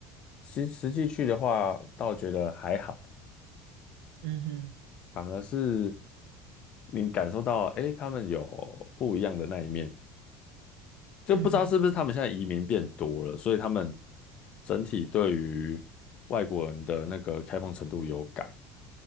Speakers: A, on the left (about 50°); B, on the right (about 70°).
A: 其实实际去的话，倒觉得还好，
B: 嗯哼，
A: 反而是你感受到，诶，他们有不一样的那一面，就不知道是不是他们现在移民变多了，
B: 嗯哼，
A: 所以他们整体对于外国人的那个开放程度有改。